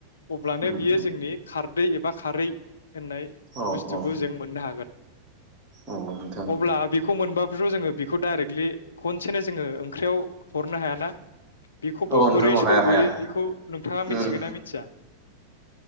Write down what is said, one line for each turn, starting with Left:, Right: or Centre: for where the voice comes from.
Left: अब्लानो
Right: उम
Left: बियो
Right: उम
Left: जोंनि खार दै ए बा खारै। होननाय
Right: औ
Left: बुस्थुखौ
Right: औ
Left: जों मोननो हागोन
Right: औ नोंथां
Left: अब्ला बेखौ मोनबा। <unintelligible> जोङो बेखौ डाइरेक्टलि खनसेनो जोङो ओंख्रियाव हरनो हायाना। बेखौबो
Right: औ नोंथां
Left: बोरै
Right: औ
Left: सरग'यो
Right: हाया हाया
Left: इखौ नोंथाङा मिथिगोन
Right: उम
Left: ना मिथिया?